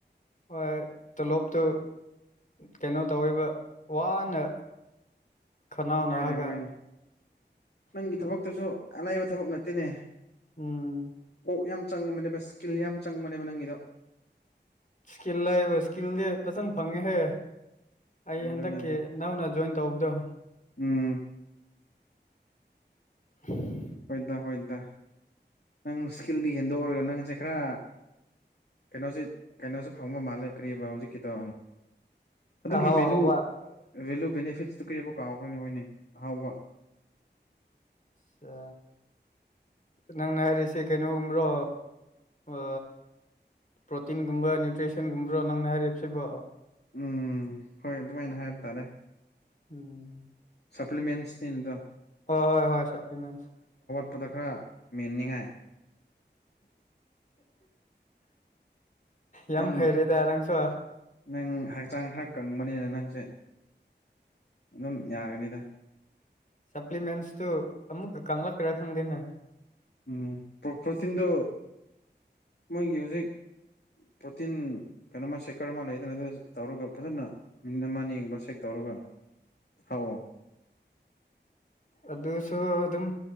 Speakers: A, on the left; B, on the left.
A: ꯍꯣꯏ ꯇꯣꯂꯣꯞꯇꯨ ꯀꯩꯅꯣꯇꯧꯋꯦꯕ ꯋꯥꯅ ꯈꯅꯥꯎ
B: ꯍꯣꯏꯅꯦ
A: ꯅꯥꯑꯒ
B: ꯍꯣꯏꯅꯦ ꯅꯪꯒꯤ ꯊꯕꯛꯇꯁꯨ ꯑꯂꯥꯏꯕ ꯊꯕꯛ ꯅꯠꯇꯦꯅꯦ
A: ꯎꯪꯝ
B: ꯀꯣꯛ ꯌꯥꯝ ꯆꯪꯕꯅꯦꯕ ꯏꯁꯀꯤꯜ ꯌꯥꯝ ꯆꯪꯕꯅꯦꯕꯥ ꯅꯪꯒꯤꯗꯣ
A: ꯏꯁꯀꯤꯜ ꯍꯥꯢꯕ ꯏꯁꯀꯤꯜꯗꯤ ꯐꯖꯅ ꯐꯪꯉꯦꯍꯦ ꯑꯩ
B: ꯑꯗꯨꯅꯦ
A: ꯍꯟꯗꯛꯀꯤ ꯅꯧꯅꯥ ꯖꯣꯏꯟꯇꯧꯇꯧꯕꯗꯣ
B: ꯎꯪ
A: INAUDIBLE
B: ꯍꯣꯏꯗ ꯍꯣꯏꯗ ꯅꯪ ꯏꯁꯀꯤꯜꯗꯤ ꯍꯦꯟꯗꯣꯛꯎꯔꯒ ꯅꯪꯖꯦ ꯈꯔ ꯀꯩꯅꯣꯖꯤ ꯀꯩꯅꯣꯖꯨ ꯐꯪꯕ ꯃꯥꯜꯂꯦ ꯀꯔꯤꯕ ꯍꯧꯖꯤꯛꯀꯤꯗꯣ ꯑꯗꯨꯒꯤ
A: ꯑꯍꯧ
B: ꯚꯦꯂꯨ
A: ꯍꯧꯕ
B: ꯚꯦꯂꯨ ꯕꯦꯅꯤꯐꯤꯠꯁꯇꯨ ꯀꯩꯑꯕ ꯀꯥꯎꯈ꯭ꯔꯅꯦ <unintelligible> ꯑꯍꯥꯎꯕ
A: ꯁ ꯅꯪꯅ ꯍꯥꯏꯔꯤꯁꯦ ꯀꯩꯅꯣꯒꯨꯝꯕ꯭ꯔꯣ ꯑ ꯄ꯭ꯔꯣꯇꯤꯟꯒꯨꯝꯕ ꯅ꯭ꯌꯨꯇ꯭ꯔꯤꯁꯟꯒꯨꯝꯕ꯭ꯔꯣ ꯅꯪꯅ ꯍꯥꯏꯔꯤꯞꯁꯤꯕꯣ
B: ꯎꯝ ꯍꯣꯏ ꯑꯗꯨꯃꯥꯏꯅ ꯍꯥꯏꯕ ꯇꯥꯔꯦ
A: ꯎꯝ
B: ꯁꯄ꯭ꯂꯤꯃꯦꯟꯁꯅꯤ ꯅꯗꯣ
A: ꯑꯣ ꯍꯣꯏ ꯍꯣꯏ ꯁ꯭ꯞꯄꯂꯤꯃꯦꯟꯁ
B: ꯄꯗ ꯈ꯭ꯔ ꯃꯦꯟꯅꯤꯡꯉꯥꯏ
A: ꯌꯥꯝ
B: ꯅꯪ
A: ꯍꯩꯔꯦꯗ ꯅꯪꯁꯨ
B: ꯅꯪ ꯍꯥ ꯆꯥꯡ ꯈ꯭ꯔ ꯀꯪꯕꯅꯤꯅ ꯅꯪꯁꯦ ꯑꯗꯨꯝ ꯌꯥꯒꯅꯤꯗ
A: ꯁꯄ꯭ꯂꯤꯃꯦꯟꯁꯇꯨ ꯑꯃꯨꯛꯀ ꯀꯪꯂꯪꯛ ꯀ꯭ꯔ ꯈꯪꯗꯦꯅꯦ
B: ꯎꯝ ꯄ꯭ꯔꯣ ꯄ꯭ꯔꯣꯇꯤꯟꯗ ꯃꯣꯏꯒꯤ ꯍꯨꯖꯤꯛ ꯄ꯭ꯔꯣꯇꯤꯟ ꯀꯅꯣꯃ ꯁꯦꯛꯀ꯭ꯔ ꯑꯃ ꯂꯩꯗꯅ ꯑꯗꯨ ꯇꯧꯔꯒ ꯐꯖꯟꯅ ꯃꯤꯅꯤꯠ ꯑꯃꯅꯤ ꯒꯨꯝꯕ ꯁꯦꯛ ꯇꯧꯔ <unintelligible>
A: ꯑꯗꯨꯁꯨ ꯑꯗꯨꯝ